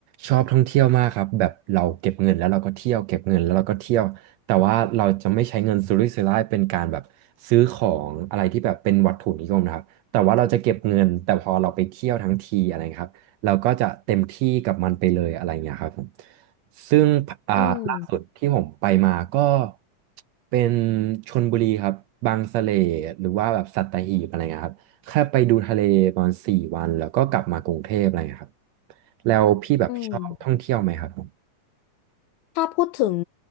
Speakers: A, on the right (about 75°); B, on the left (about 80°).
A: ชอบท่องเที่ยวมากครับแบบเราเก็บเงินแล้วเราก็เที่ยวเก็บเงินแล้วเราก็เที่ยวแต่ว่าเราจะไม่ใช้เงินสุรุ่ยสุร่ายเป็นการแบบซื้อของอะไรที่แบบเป็นวัตถุนิยมนะครับแต่ว่าเราจะเก็บเงินแต่พอเราไปเที่ยวทั้งทีอะไรเงี้ยครับเราก็จะเต็มที่กับมันไปเลยอะไรเงี้ยครับผม ซึ่งอ่าล่าสุดที่ผมไปมาก็
B: อืม
A: เป็นชลบุรีครับ บางสะเลหรือว่าแบบสัตหีบอะไรเงี้ยครับ แค่ไปดูทะเลประมาณสี่วันแล้วก็กลับมากรุงเทพอะไรเงี้ยครับแล้วพี่แบบชอบท่องเที่ยวไหมครับผม
B: อืม ถ้าพูดถึง